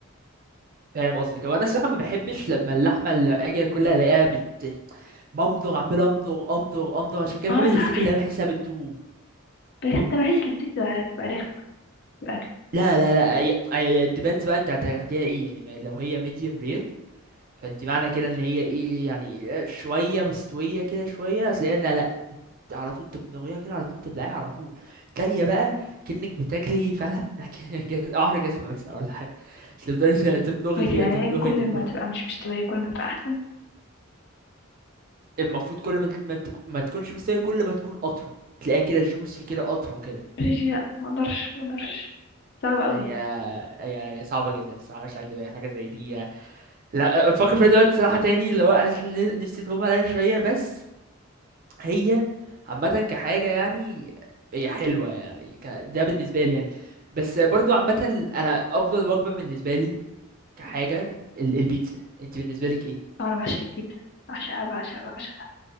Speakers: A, on the right; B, on the left.
A: فاهم قصدك هو انا الصراحه ما بحبش لما اللحمه اللي اجي اكلها الاقيها بت بمضغ عمال امضغ امضغ امضغ عشان كده
B: أنا
A: بحب الاستيك
B: صعب بحس
A: اللي بحسها بتدوب
B: بجد أنا بحس إن الستيك ده تبقى رخمة في الأكل
A: لا لا لا هي الديبندز بقى انت هتاخديها ايه يعني ما لو هي ميديوم رير فانت معنى كده ان هي ايه يعني شويه مستويه كده شويه هتلاقيها لا لا على طول تبنغيها كده على طول تبلعيها على طول تانية بقى كأنك بتاكلي فعلا <laughs> جز- قعر جزمة بس ولا حاجة تفضلي تمضغي
B: بجد
A: فيها
B: يعني
A: تمضغي
B: كل
A: تمضغي
B: ما تبقى مش مستوية كل ما تبقى أحسن
A: المفروض كل ما ما تك- ما تكونش مستوية كل ما تكون قطرة تلاقيها كده جوسي كده قطرة كده
B: مش- لا، ما أقدرش ما أقدرش صعبة أوي
A: يعني آه، يعني صعبة جدا الصراحة مش هكدب يعني حاجة زي دي آه، لا بفكر فيها دلوقتي صراحة تاني اللي هو حاسس إن نفسي تغمى عليها شوية بس هي عامة كحاجة يعني هي حلوة يعني ك- ده بالنسبة لي يعني بس برضو عامة أنا أفضل وجبة بالنسبة لي كحاجة ال- البيتزا أنت بالنسبة لك إيه؟
B: أو أنا بعشق الكبدة بعشقها بعشقها بعشقها